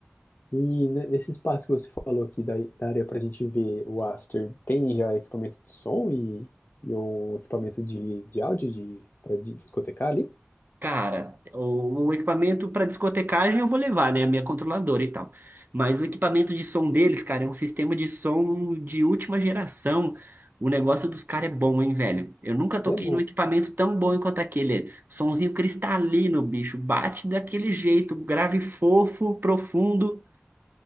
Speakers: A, on the left; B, on the right.
A: E ne- nesse espaço que você falou aqui da, da área para a gente ver o after, tem já equipamento de som e, e o equipamento de, de áudio de, para discotecar ali?
B: Cara, o, o equipamento para discotecagem eu vou levar, né? A minha controladora e tal. Mas o equipamento de som deles, cara, é um sistema de som de última geração. O negócio dos caras é bom, hein, velho? Eu nunca toquei
A: É nada.
B: num equipamento tão bom quanto aquele. Sonzinho cristalino, bicho. Bate daquele jeito, grave fofo, profundo.